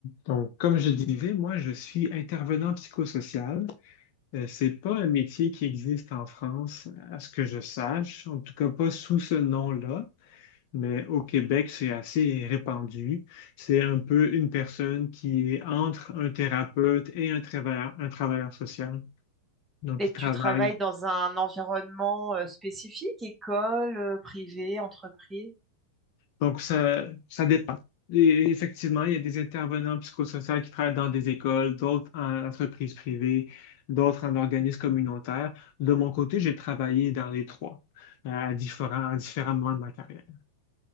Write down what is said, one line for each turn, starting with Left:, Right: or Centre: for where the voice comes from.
Left: Donc, comme je disais, moi, je suis intervenant psychosocial. Euh, c'est pas un métier qui existe en France, à ce que je sache, en tout cas pas sous ce nom-là, mais au Québec, c'est assez répandu. C'est un peu une personne qui est entre un thérapeute et un travailleur, un travailleur social. Donc,
Right: Et
Left: il travaille.
Right: tu travailles dans un environnement euh, spécifique, école, euh, privée, entreprise?
Left: Donc, ça, ça dépend. Et effectivement, il y a des intervenants psychosociaux qui travaillent dans des écoles, d'autres en entreprises privées, d'autres en organismes communautaires. De mon côté, j'ai travaillé dans les trois, euh, à différents, à différents moments de ma carrière.